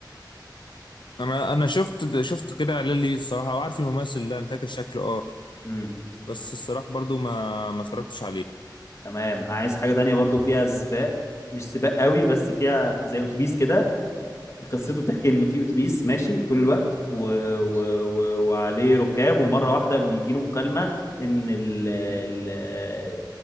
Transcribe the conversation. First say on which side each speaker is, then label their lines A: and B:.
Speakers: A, on the left (about 80°); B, on the left (about 35°).
A: انا انا شفت شفت كده اعلان ليه الصراحه وعارف الممثل ده انا فاكر شكله اه
B: امم
A: بس الصراحه برضو ما ما اتفرجتش عليه
B: تمام عايز حاجه تانية برضو فيها سباق مش سباق قوي بس فيها زي اتوبيس كده قصته بتحكي ان في اتوبيس ماشي طول الوقت و... و... و... وعليه ركاب ومره واحده بيجي له مكالمه ان ال... ال...